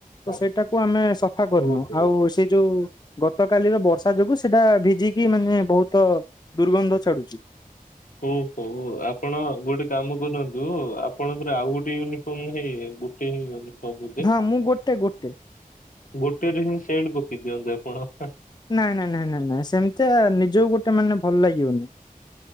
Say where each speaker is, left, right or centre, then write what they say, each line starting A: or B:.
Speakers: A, on the left (about 30°); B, on the left (about 65°).
A: ତ
B: ହଁ।
A: ସେଇଟାକୁ ଆମେ ସଫା କରିନୁ
B: ଓହୋ
A: ଆଉ ସେ ଯୋଉ ଗତକାଲିର ବର୍ଷା ଯୋଗୁ ସେଟା ଭିଜିକି ମାନେ ବହୁତ ଦୁର୍ଗନ୍ଧ ଛାଡୁଛି।
B: ହଉ ହଉ ଆପଣ ଗୋଟେ କାମ କରନ୍ତୁ ଆପଣଙ୍କର ଆଉ ଗୋଟେ ୟୁନିଫର୍ମ ହେ ଗୋଟେ <unintelligible>
A: ହଁ ମୁଁ ଗୋଟେ ଗୋଟେ
B: ଗୋଟେରେ ହିଁ। ସେଣ୍ଟ ପକେଇ ଦିଅନ୍ତୁ ଆପଣ।
A: ନାଇଁ ନାଇଁ ନାଇଁ ନାଇଁ ନାଇଁ ସେମିତି ନିଜ ଗୋଟେ ମାନେ ଭଲ ଲାଗିବନି।